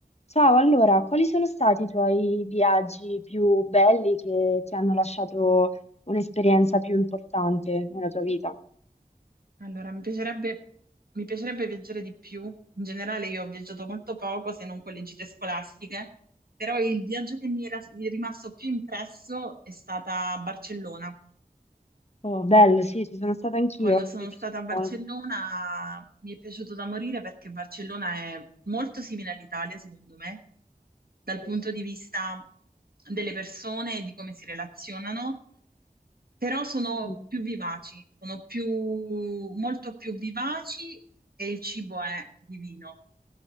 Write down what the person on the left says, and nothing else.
Ciao, allora, quali sono stati i tuoi viaggi più belli che ti hanno lasciato un'esperienza più importante nella tua vita?
Oh, bello, sì, ci sono stata anch'io,
mi è piaciuto
molto.
Sì.
Mhm.